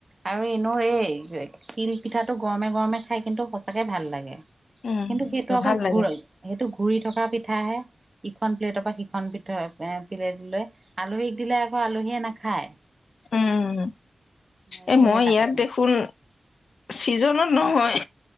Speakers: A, on the right; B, on the left.
A: আৰু এ' ন এই শতিিল পিঠাটো গৰমে গৰমে খাই কিন্তু সচাকে ভাল লাগে
B: উম
A: কিন্তু সেইটো আকৌ
B: ভাল লাগে
A: ঘূৰা, সেইটো ঘূৰি থকা পিঠাহে। ইখন প্লেটৰ পৰা সিখন পৃঠয় এ প্লেট লৈ, আলহীক দিলে আকৌ আলহীয়ে নাখায়্
B: উম।
A: এইটোয়ে
B: এ' মই
A: এটা
B: ইয়াত
A: কথা
B: দেখোন চিজনত নহয়